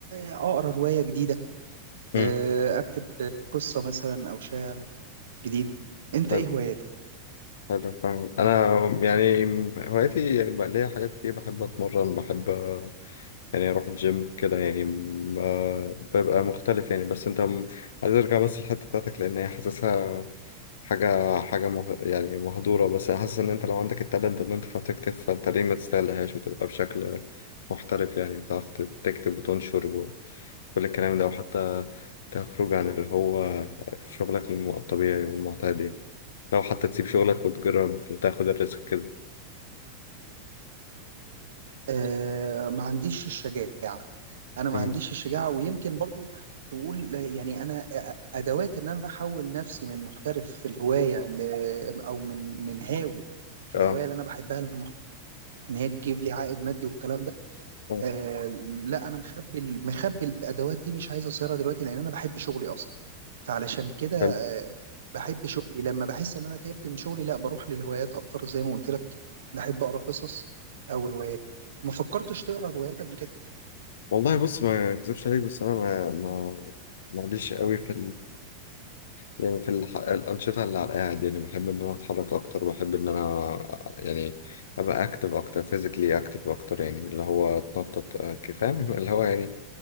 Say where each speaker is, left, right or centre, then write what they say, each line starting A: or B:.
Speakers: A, on the right; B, on the left.
A: آه، اقرا روايه جديده
B: امم
A: آه، اكتب آه، قصه مثلا او شعر جديد انت
B: حلو
A: ايه هواياتك
B: حلو فاهم انا يعني هواياتي يعني بقى ليا حاجات كتير بحب اتمرن بحب يعني اروح الجيم كده يعني ب- ببقى مختلف يعني بس انت عايز ارجع بس الحتة بتاعتك لان هي حاسسها حاجة حاجة مه... يعني مهدورة بس أنا حاسس إن أنت لو عندك التالنت إن أنت تعرف تكتب فأنت ليه ما تستغلهاش وتبقى بشكل محترف يعني وتعرف ت- تكتب وتنشر وكل الكلام ده وحتى تخرج عن اللي هو شغلك الم- الطبيعي والمعتاد يعني لو حتى تسيب شغلك وتجرب وتاخد الريسك كده
A: آه ما عنديش الشجاعة أنا ما
B: امم
A: عنديش الشجاعة ويمكن برضو تقول يعني أنا أدوات إن أنا أحول نفسي من محترف في الهواية ل... أو من من هاوي في
B: اه
A: الهواية اللي أنا بحبها المح... إن هي تجيب لي عائد مادي والكلام ده
B: آه،
A: آه لا انا مخبي ال- مخبي الادوات دي مش عايز اظهرها دلوقتي لان انا بحب شغلي اصلا فعلشان كده
B: حلو
A: آه بحب شغلي لما بحس ان انا تعبت من شغلي لا بروح للهوايات اكتر زي ما قلت لك بحب اقرا قصص او روايات ما فكرتش تقرا روايات قبل كده
B: والله بص ما أكذبش عليك بس أنا ما ما معليش قوي في يعني في الح... الأنشطة اللي على القاعد يعني بحب إن أنا أتحرك أكتر بحب إن أنا يعني أبقى أكتف أكتر فيزيكلي أكتف أكتر يعني اللي هو أتنطط آه، ك- فاهم <laughs> اللي هو يعني